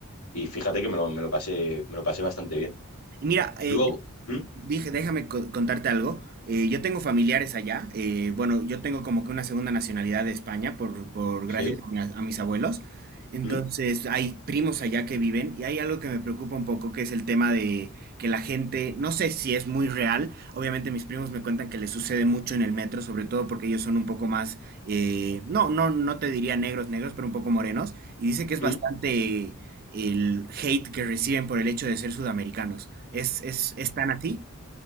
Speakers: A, on the left; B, on the right.
A: y fíjate que me lo, me lo pasé, me lo pasé bastante bien.
B: mira,
A: Y
B: eh,
A: luego, ¿Mm?
B: Dije, déjame co- contarte algo. Eh, yo tengo familiares allá. eh, bueno, yo tengo como que una segunda nacionalidad de España por, por
A: ¿Sí?
B: gracias a, mi- a mis abuelos. Entonces,
A: ¿Mm?
B: hay primos allá que viven y hay algo que me preocupa un poco, que es el tema de que la gente, no sé si es muy real. Obviamente, mis primos me cuentan que les sucede mucho en el metro, sobre todo porque ellos son un poco más, eh, no, no, no te diría negros, negros, pero un poco morenos. Y dice que es
A: ¿Mm?
B: bastante el hate que reciben por el hecho de ser sudamericanos. ¿Es, es, es tan así?